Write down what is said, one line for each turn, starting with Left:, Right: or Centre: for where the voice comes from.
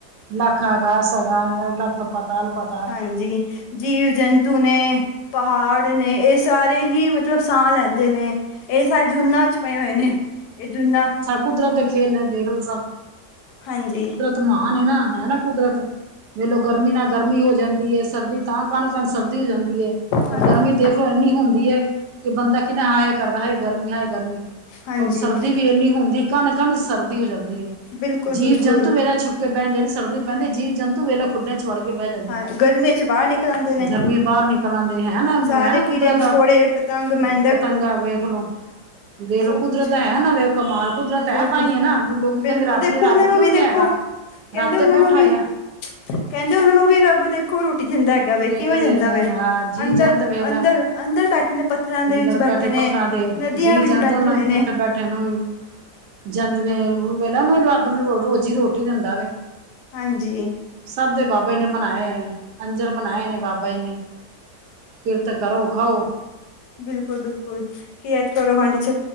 Right: ਲੱਖਾਂ ਆਗਾਂਹਾਂ, ਲੱਖ ਪਾਤਾਲਾਂ।
Left: ਹਾਂਜੀ, ਜੀਵ-ਜੰਤੂ ਨੇ, ਪਹਾੜ ਨੇ, ਇਸ ਸਾਰੇ ਹੀ ਮਤਲਬ ਸਾਹ ਲੈਂਦੇ ਨੇ, ਇਹ ਸਾਰੇ ਜੂਨਾਂ ਚ ਪਏ ਹੋਏ ਨੇ, ਇਹ ਜੂਨਾਂ
Right: ਕੁਦਰਤ ਦੇ ਖੇਲ ਨੇ, ਦੇਖ ਲੋ ਸਭ।
Left: ਹਾਂਜੀ।
Right: ਮਹਾਨ ਹੈ ਨਾ, ਹੈ ਨਾ ਕੁਦਰਤ। ਵੇਲੋ ਗਰਮੀ ਨਾਲ ਗਰਮੀ ਹੋ ਜਾਂਦੀ ਏ, ਸਰਦੀ ਤਾਂ ਕਣ- ਕਣ ਸਰਦੀ ਹੋ ਜਾਂਦੀ
Left: ਹਾਂਜੀ
Right: ਰ ਗਰਮੀ ਦੇਖਲੋ ਇੰਨੀ ਹੁੰਦੀ ਐ, ਕਿ ਬੰਦਾ ਕਿੰਨਾ ਹਾਏ ਕਰਦਾ ਹਾਏ ਗਰਮੀ, ਹਾਏ ਗਰਮੀ।
Left: ਹਾਂਜੀ
Right: ਔਰ ਸਰਦੀ ਵੀ ਇੰਨੀ ਹੁੰਦੀ ਏ, ਕਣ- ਕਣ ਚ ਸਰਦੀ ਹੋ ਜਾਂਦੀ ਐ,
Left: ਬਿਲਕੁਲ
Right: ਜੀਵ-
Left: ਬਿਲਕੁਲ
Right: ਜੰਤੂ ਮੇਰਾ ਛੁੱਕ ਸੁੱਕੇ ਪਏ ਆ, ਜਿਹੜੀ ਸਰਦੀ ਪੈਂਦੀ ਐ, ਜੀਵ- ਜੰਤੂ ਤੇ ਵੇਲਾ ਖੁੱਡਿਆਂ ਚ ਵੜ ਕੇ ਬਹਿ ਜਾਂਦੇ
Left: ਹਾਂ
Right: ਐ,
Left: ਗਰਮੀਆਂ ਚ ਬਾਹਰ ਨਿਕਲ ਆਂਦੇ ਨੇ
Right: ਗਰਮੀ ਬਾਹਰ ਨਿਕਲ ਆਂਦੇ ਹੈ ਨਾ,
Left: ਸਾਰੇ
Right: ਹੈ ਨਾ। ਕੁਦਰਤ
Left: ਕੀੜੇ- ਮਕੌੜੇ,
Right: ਦਾ
Left: ਪਤੰਗ ਮੈਂਡੇ
Right: ਪਤੰਗਾ ਵੇਖਲੋ, ਵੇਖਲੋ
Left: ਸਭ
Right: ਕੁਦਰਤ
Left: ਕੁਛ
Right: ਹੈ ਨਾ, ਵੇਖੋ ਕਮਾਲ। ਕੁਦਰਤ ਹੈ
Left: ਬਿਲਕੁਲ
Right: ਤਾਂਈ ਹੈ ਨਾ, ਦੋ ਲੋਕੀ
Left: ਬਿਲਕੁਲ
Right: ਕਹਿੰਦੇ ਰੱਬ
Left: ਦੇਖੋ
Right: ਨੀ, ਰੱਬ
Left: ਉਹਨਾਂ ਨੂੰ
Right: ਕਿਉਂ
Left: ਵੀ
Right: ਨੀ
Left: ਦੇਖੋ
Right: ਹੈਗਾ,
Left: ਕਹਿੰਦੇ
Right: ਰੱਬ ਤੇ
Left: ਉਹਨਾਂ
Right: ਬੈਠਾ
Left: ਨੂੰ ਵੀ
Right: ਹੋਇਆ।
Left: ਕਹਿੰਦੇ ਉਹਨਾਂ ਨੂੰ ਵੀ ਰੱਬ ਦੇਖੋ ਰੋਟੀ ਜਾਂਦਾ ਹੈਗਾ ਵੇ,
Right: ਜੇ
Left: ਕਿਵੇਂ
Right: ਕਦੇ
Left: ਦਿੰਦਾ ਵੇ
Right: ਹਾਂ ਜੀ
Left: ਅੰਦਰ-
Right: ਜੰਤ ਵੇਖ ਲੈ
Left: ਅੰਦਰ ਅੰਦਰ ਬੈਠੇ ਨੇ। ਪੱਥਰਾਂ ਦੇ
Right: ਅੰਦਰ
Left: ਵਿੱਚ
Right: ਬੈਠੇ ਪੱਥਰਾਂ
Left: ਨੇ
Right: ਦੇ
Left: ਨਦੀਆਂ
Right: ਜੀਅ
Left: ਵਿੱਚ
Right: ਜੰਤ,
Left: ਬੈਠੇ
Right: ਉਹਨਾਂ
Left: ਹੋਏ ਨੇ
Right: ਪੱਥਰ ਬੈਠੇ ਬੈਠਿਆਂ ਨੂੰ ਵੀ, ਜੰਤ ਵੇਲਾ ਉਹ ਵੇਲਾ ਉਹ ਨਾ ਰੱਬ ਸ ਰੋਜ਼ੀ ਰੋਟੀ ਦਿੰਦਾ ਵੇ,
Left: ਹਾਂਜੀ
Right: ਸਭ ਦੇ ਬਾਬੇ ਨੇ ਬਣਾਇਆ ਏ। ਅੰਜਰ ਬਣਾਏ ਨੇ ਬਾਬਾ ਜੀ ਨੇ, ਕਿਰਤ ਕਰੋ ਖਾਓ।
Left: ਬਿਲਕੁਲ-ਬਿਲਕੁਲ, ਕੀ ਐਤ ਕਰੋ ਭਾਂਡੇ ਚ